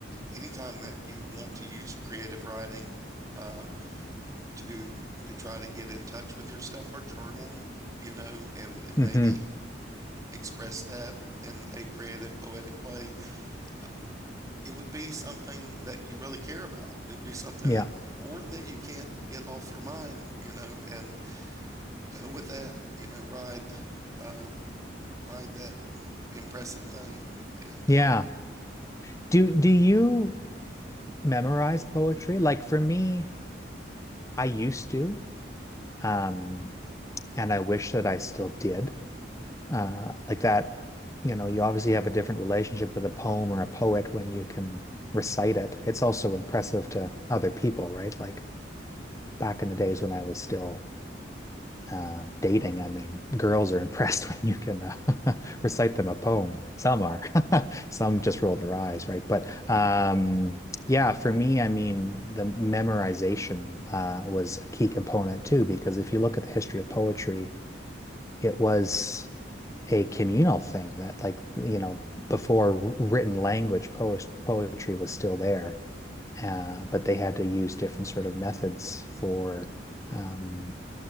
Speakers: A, on the right (about 20°); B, on the left (about 15°).
A: Anytime that you want to use creative writing uh, to to try to get in touch with yourself or journaling, you know, and and
B: hmm
A: maybe express that in a creative, poetic way, uh, it would be something that you really care about. It'd be something
B: Yeah.
A: that, or that you can't get off your mind, you know, and go with that, you know, ride, uh, ride that impressive thing. And
B: Yeah.
A: uh,
B: Do do you memorize poetry? Like for me, I used to, um, and I wish that I still did. Uh, like that, you know, you obviously have a different relationship with a poem or a poet when you can recite it. It's also impressive to other people, right? Like back in the days when I was still uh, dating. I mean, girls are <laughs> impressed when you can uh, <laughs> recite them a poem. Some are, <laughs> some just roll their eyes, right? But um, yeah, for me, I mean, the memorization uh, was a key component too, because if you look at the history of poetry, it was a communal thing that, like, you know, before written language, poet poetry was still there, uh, but they had to use different sort of methods for um,